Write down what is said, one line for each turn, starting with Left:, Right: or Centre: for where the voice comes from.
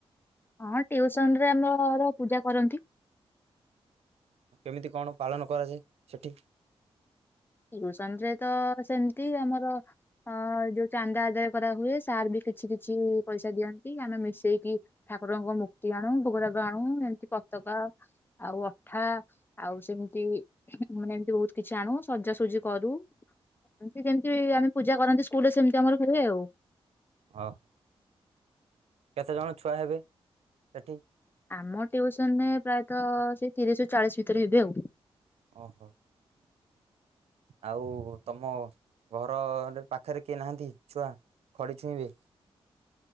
Left: ହଁ ଟିଉସନ୍ ରେ ଆମର ପୂଜା କରନ୍ତି।
Right: କେମିତି କଣ ପାଳନ କରାଯାଏ ସେଠି।
Left: ଟିଉସନ୍ ରେ ତ ସେମିତି ଆମର ଅ ଯୋଉ ଚାନ୍ଦା ଆଦାୟ କରା ହୁଏ ସାର ବି କିଛି କିଛି ପଇସା ଦିଅନ୍ତୁ କି ଆମେ ମିଶେଇକି ଠାକୁରଙ୍କ ମୁୂର୍ତି ଆଣୁ ଭୋଗଦାଗ ଆଣୁ ଏମତି କତକା ଆଉ ଅଠା ଆଉ ସେମିତି ମାନେ ଏମିତି ବହୁତ କିଛି ଆଣୁ ସଜାସଜି କରୁ। ଏମିତି ଆମେ ପୂଜା କରନ୍ତି ସ୍କୁଲରେ ସେମିତି ଆମ ହେଉ
Right: ହ ହୋ କେତେ ଜଣ ଛୁଆ ହେବେ ସେଠି
Left: ଆମ ଟ୍ୟଉସନରେ ପ୍ରାୟତଃ ସେଇ ତିରିଶ ର ଚାଳିଶ ଭିତରେ ହେବେ ଆଉ।
Right: ଓ ହୋ ଆଉ ତମ ଘର ପାଖରେ କିଏ ନାହାନ୍ତି ଛୁଆ ଖଡି ଛୁଇଁବେ।